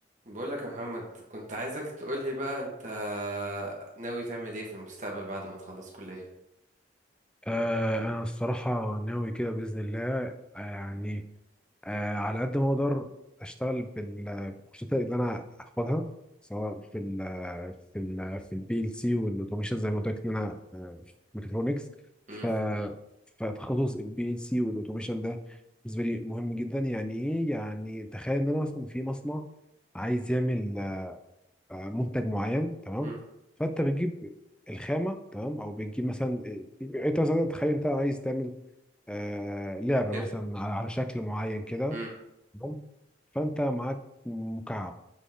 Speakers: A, on the right (about 40°); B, in the centre.
A: بقولك يا محمد كنت عايزك تقولي بقى انت ناوي تعمل ايه في المستقبل بعد ما تخلص كلية
B: آه أنا الصراحة ناوي كده بإذن الله آه يعني آه على قد ما أقدر أشتغل بال- بالكورسات اللي أنا هاخدها سواء في ال في ال في البي ال سي والأوتوميشن زي ما قلت لك إن أنا آه، في ميكاترونكس
A: امم
B: ف فتخصص البي ال سي والأوتوميشن ده بالنسبة لي مهم جدا يعني إيه يعني تخيل إن أنا مثلا في مصنع عايز يعمل آه، منتج معين تمام
A: امم
B: فانت بتجيب الخامه تمام او بتجيب مثلا إيه، انت مثلا تخيل انت عايز تعمل آه لعبه
A: كتير.
B: مثلا على على شكل معين كده
A: امم
B: تمام فانت معاك مكعب